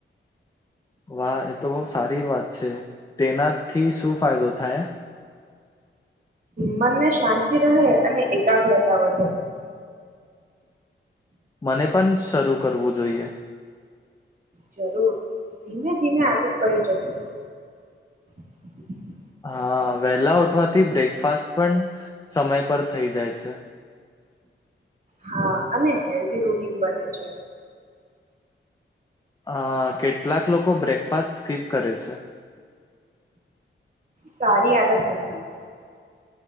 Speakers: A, on the left; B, on the right.
A: વાહ એ તો બહ સારી વાત છે તેનાથી શું ફાયદો થાય
B: મનને શાંતિ રહે અને એકાગ્રતા વધે
A: મને પણ શરૂ કરવું જોઈએ
B: જરૂર ધીમે-ધીમે આદત પડી જશે. હ
A: હા વેલા ઉઠવાથી બ્રેકફાસ્ટ પણ સમય પર થઇ જાય છે.
B: હા અને હેલ્ધી રૂટીન બને છે.
A: હા કેટલાક લોકો બ્રેકફાસ્ટ સ્કિપ કરે છે.
B: સારી આદત નથી.